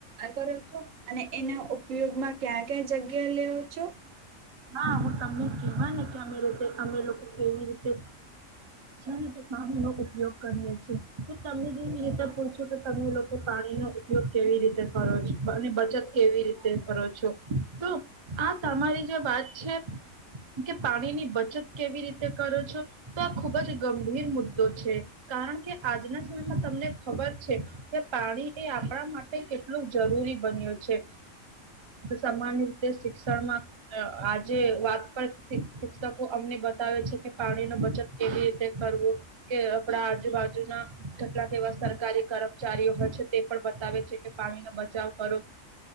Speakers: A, on the right; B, on the right.
A: કરો છો? અને એનો ઉપયોગમાં ક્યાં ક્યા જગ્યા લેવો છો?
B: હા, હું તમને કેવા ને કે અમે રીતે અમે લોકો કેવી રીતે રીતે પાણીનો ઉપયોગ કરીએ છીએ કે તમે જેવી રીતે પૂછો કે તમે લોકો પાણીનો ઉપયોગ કેવી રીતે કરો છો અને બચત કેવી રીતે કરો છો તો આ તમારી જે વાત છે કે પાણીની બચત કેવી રીતે કરો છો તો આ ખુબ જ ગંભીર મુદ્દો છે કારણ કે આજના સમયમાં તમને ખબર છે કે પાણી એ આપણા માટે કેટલું જરૂરી બન્યું છે. સામાન્ય રીતે શિક્ષણમાં અ આજે વાત પર શિક્ષકો અમને બતાવે છે કે પાણી નું બચત કેવી રીતે કરવું કે આપણા આજુબાજુના કેટલાક એવા સરકારી કર્મચારીઓ હોય છે તે પણ બતાવે છે કે પાણીનો બચાવ કરો.